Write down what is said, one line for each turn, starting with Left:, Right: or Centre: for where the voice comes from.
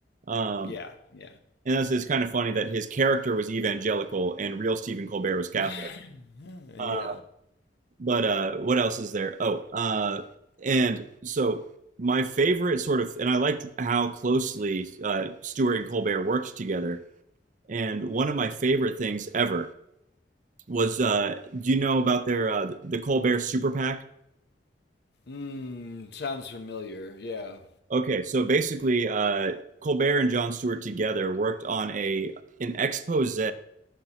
Right: Um,
Left: Yeah, yeah,
Right: and that's it's kind of funny that his character was evangelical and real Stephen Colbert was Catholic.
Left: yeah, yeah.
Right: Uh, but uh, what else is there? Oh, uh, and so my favorite sort of, and I liked how closely uh, Stewart and Colbert worked together. And one of my favorite things ever was, uh, do you know about their uh, the Colbert Super PAC?
Left: Mm, sounds familiar. Yeah.
Right: Okay, so basically, uh, Colbert and Jon Stewart together worked on a an expose